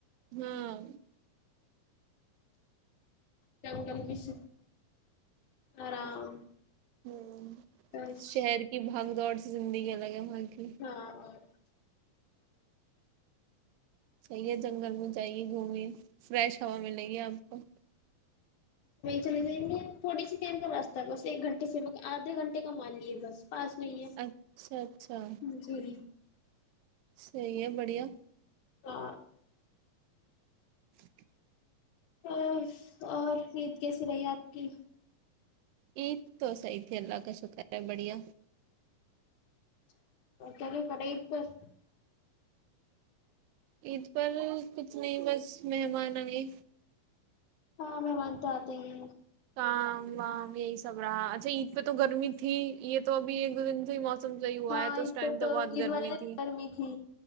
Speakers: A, on the right; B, on the left.
A: ہاں
B: کیاٹ بھی س آرام <unintelligible>
A: ہوں
B: بس
A: شہر کی بھگ گاڈ سے زندگی الگ ہے کی
B: ہاں اور
A: صحیح ہے جنگل میں جائیے گھومے فریش ہوا ملے گی آپ کو
B: چلے جائیں گے تھوڑی سی دیر کا راستہ ہے بس ایک گھنٹے سے آدھے گھنٹے کا مان لیے بس پاس نہیں ہے
A: اچھا اچھا
B: جی
A: صحی ہے بڑھیا
B: <inaudible>
A: <inaudible>
B: اور اور عید کیسی رہی آپ کی
A: عید تو سحی تھی اللہ کا شکر ہے بڑھیا
B: <unintelligible>
A: عید پر کچھ نہیں بس مہمان آئے
B: ہاں مہمان تو آتے ہی
A: کام وام یہی سب رہا اچھا عید پہ تو گرمی تھی یہ تو ابھی ایک دو دن سے موسم صحیح ہوا
B: ہاں
A: ہے
B: ایدهر
A: اس ٹائم
B: تو
A: بہت
B: عید
A: گرمی
B: والے
A: تھی
B: گرمی تھی